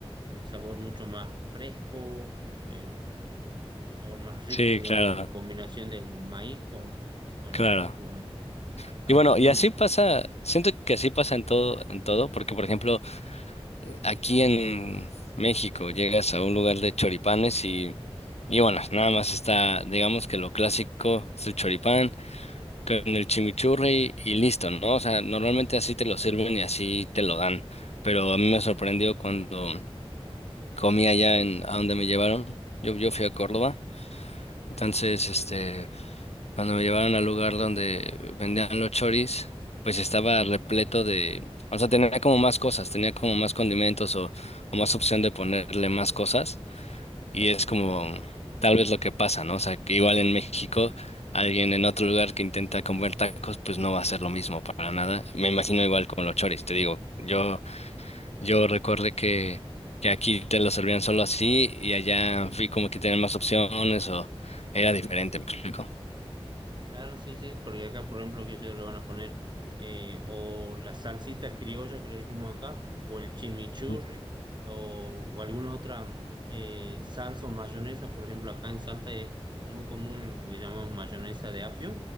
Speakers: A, on the right (about 45°); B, on the left (about 80°).
A: un sabor mucho más fresco, eh, un sabor más rico,
B: sí,
A: digamos,
B: claro,
A: con la combinación del maíz con, con
B: claro.
A: el taco es, es algo
B: Y bueno,
A: único.
B: y así pasa, siento que así pasa en todo, en todo, porque por ejemplo, aquí en México llegas a un lugar de choripanes y, y bueno, nada más está, digamos que lo clásico es el choripán con el chimichurri y listo, ¿no? O sea, normalmente así te lo sirven y así te lo dan, pero a mí me sorprendió cuando comí allá en a donde me llevaron. Yo, yo fui a Córdoba. Entonces, este, cuando me llevaron al lugar donde vendían los choris, pues estaba repleto de, o sea, tenía como más cosas, tenía como más condimentos o, o más opción de ponerle más cosas. Y es como tal vez lo que pasa, ¿no? O sea, que igual en México, alguien en otro lugar que intenta comer tacos, pues no va a ser lo mismo para nada. Me imagino igual con los choris, te digo, yo yo recuerdo que, que aquí te lo servían solo así y allá fui como que tenían más opciones o era diferente, ¿me explico?
A: Claro, sí, sí, porque acá, por ejemplo, que ellos le van a poner eh, o la salsita criolla que le decimos acá, o el chimichurri,
B: Mm.
A: o, o alguna otra eh, salsa o mayonesa. Por ejemplo, acá en Salta es muy común lo que le llamamos mayonesa de apio,